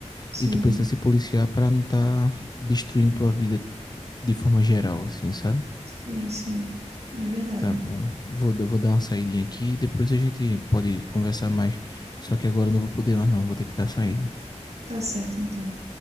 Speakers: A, on the right; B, on the left.
A: Sim,
B: E tu precisa se policiar para não estar tá destruindo tua vida de forma geral, assim, sabe?
A: sim, sim. É verdade.
B: Tá bom. Vou, dar- vou dar uma saidinha aqui e depois a gente pode conversar mais. Só que agora eu não vou poder mais, não. Vou ter que dar saída.
A: Tá certo, então.